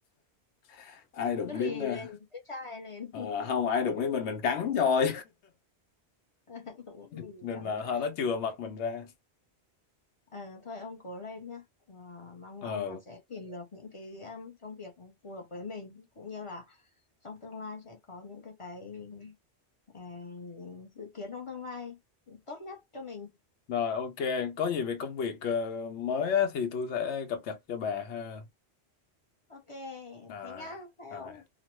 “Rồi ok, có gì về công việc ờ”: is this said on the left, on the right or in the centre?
Left